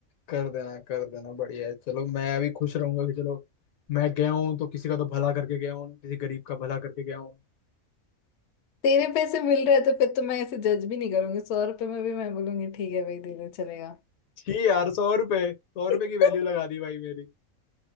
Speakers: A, on the left (about 75°); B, on the left (about 65°).
A: कर देना कर देना बढ़िया है चलो मैं भी खुश रहूंगा कि चलो मैं गया हूँ तो किसी का तो भला करके गया हूँ किसी गरीब का भला करके गया हूँ
B: तेरे पैसे मिल रहे हैं तो फिर तो मैं ऐसे जज भी नहीं करूंगी सौ रुपए में भी मैं बोलूंगी ठीक है भाई दे दे चलेगा
A: छी यार सौ रुपए सौ
B: <laughs>
A: रुपए की वैल्यू लगा दी भाई मेरी